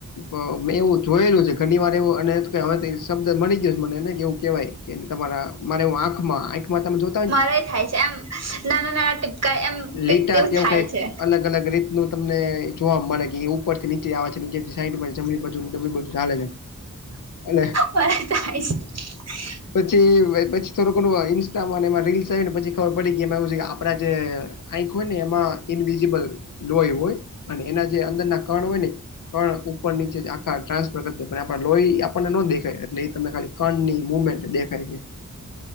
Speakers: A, on the left (about 75°); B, on the right (about 55°).
A: પ મેં એવું જોયેલું છે, ઘણી વાર એવું અને હવે શબ્દ મળી ગયો છે, મને કે એવું કહેવાય <unintelligible> તમારા મારે એવુ આખમા આંખમાં આંખમાં તમે જો
B: મારેય થાય છે, એમ નાના નાના ટીપકા એમ કઈક
A: લીટા
B: તેવુ
A: કેવું
B: થાય
A: કઈક
B: છે.
A: અલગ અલગ રીતનું તમને જોવા મળે કે એ ઉપર થી નીચે આવે છે, નીચે સાઇડ મા જમણી <unintelligible> ચાલે છે અને
B: મને થાય <unintelligible>
A: પછી પછી થોડુંકોણું ઈન્સ્ટામાં એમાં રીલ્સ આવી ને પછી ખબર પડી કે એમાં એવું છે કે આપડા જે આંખ હોય ને એમાં ઈનવિઝિબલ લોય હોય અને એના જે અંદરના કણ હોય ને પણ ઉપર નીચે આખા ટ્રાન્સફર કર આપ લોહી આપણને નો દેખાય એટલે એ તમને ખાલી કણની મુમેન્ટ દેખાય છે.